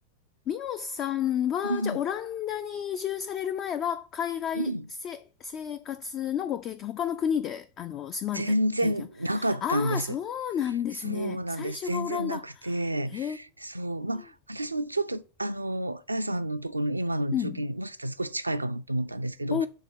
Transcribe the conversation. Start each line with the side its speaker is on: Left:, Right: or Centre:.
Left: ミオさんは、
Right: うん、
Left: じゃあ、オランダに移住される前は、海外せ、
Right: うん。
Left: 生活のご経験、他の国で、あの、住まれた経験。
Right: 全然なかったんです。
Left: ああ、そうなんですね。
Right: そうなんです。
Left: 最初がオランダ。
Right: 全然なくて。
Left: へ
Right: そう。まあ、
Left: え。
Right: 私もちょっと、あの、あやさんのところの今の状況にもしかしたら少し近いかもと思ったんですけど、
Left: うん。お